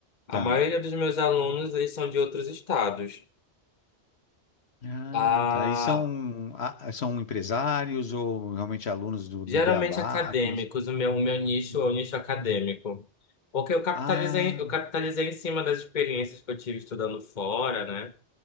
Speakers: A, on the left; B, on the left.
A: a
B: tá.
A: maioria dos meus alunos, eles são de outros estados.
B: Ah,
A: Ah,
B: tá. E são, ah, são empresários ou realmente alunos do, do
A: geralmente
B: Beabá?
A: acadêmicos,
B: Que não...
A: o meu, o meu nicho é o nicho acadêmico. Porque eu capitalizei,
B: Ah,
A: eu capitalizei em cima das experiências que eu tive estudando fora, né?